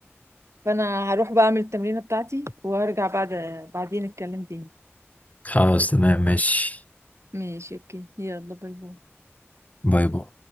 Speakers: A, on the right (about 85°); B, on the left (about 30°).
A: فانا هروح بقى اعمل التمرينة بتاعتي وهرجع بعد بعدين اتكلم تاني
B: خلاص تمام ماشي
A: ماشي اوكي يلا باي باي
B: باي باي